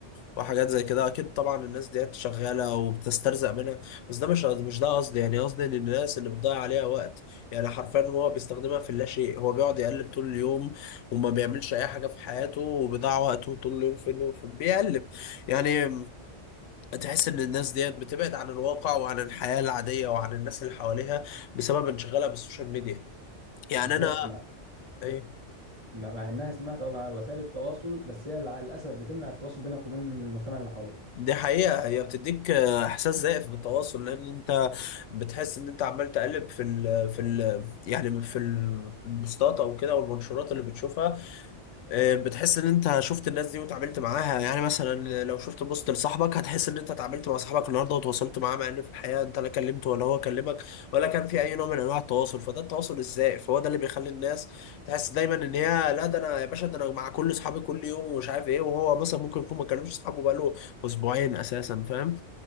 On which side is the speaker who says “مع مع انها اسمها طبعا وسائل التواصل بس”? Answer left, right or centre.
Right